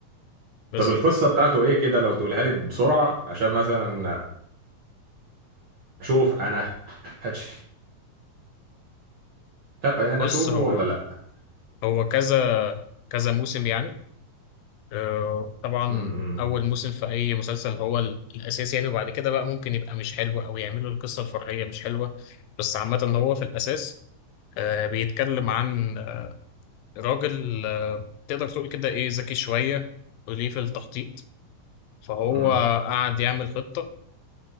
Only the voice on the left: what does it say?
بس
بص
هو
هو كذا كذا موسم يعني آه طبعا
اول موسم في اي مسلسل هو ال- الاساس يعني وبعد كده بقى ممكن يبقى مش حلو او يعملوا القصه الفرعيه مش حلوه بس عامه هو في الاساس آه بيتكلم عن راجل آه، تقدر تقول كده ايه ذكي شوية وليه في التخطيط فهو
قعد يعمل خطة